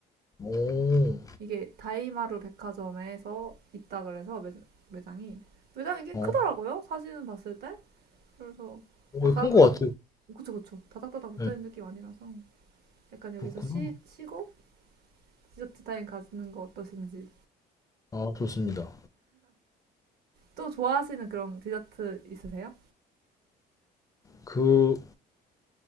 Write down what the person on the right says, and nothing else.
이게 다이마루 백화점에서 있다 그래서 매, 매장이, 매장이 꽤 크더라고요.
사진은 봤을 때. 그래서
막 다닥다닥,
붙, 그쵸, 그쵸. 다닥다닥 붙어
있는 느낌 아니라서. 약간 여기서
쉬, 쉬고 디저트 타임 가지는 거 어떠신지.
또 좋아하시는 그런 디저트 있으세요?